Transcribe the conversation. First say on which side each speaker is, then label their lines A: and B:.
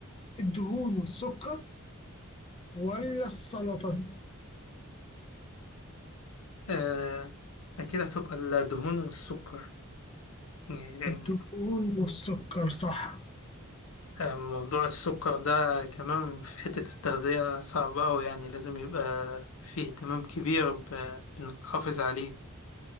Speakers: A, on the left; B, on the left.
A: الدهون والسكر ولا السلطة
B: آه أكيد هتبقى الدهون والسكر يعني
A: الدهون والسكر صح
B: آه، موضوع السكر ده كمان في حتة التغذية صعب أوي يعني لازم يبقى فيه اهتمام كبير ب- بإنك تحافظ عليه